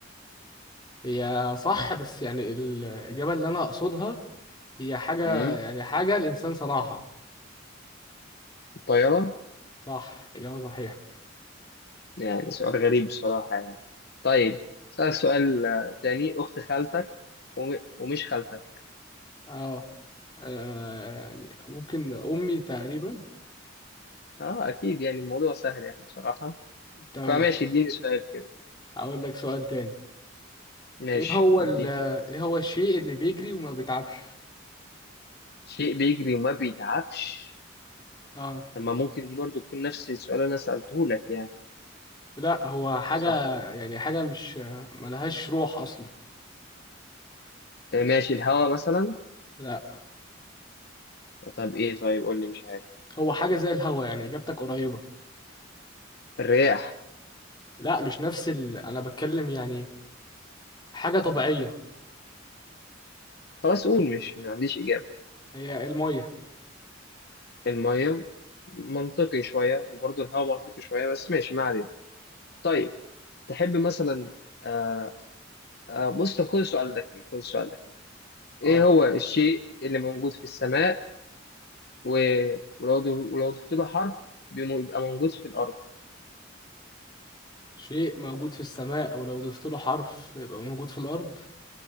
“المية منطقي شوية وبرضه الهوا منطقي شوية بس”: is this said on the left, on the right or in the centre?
Left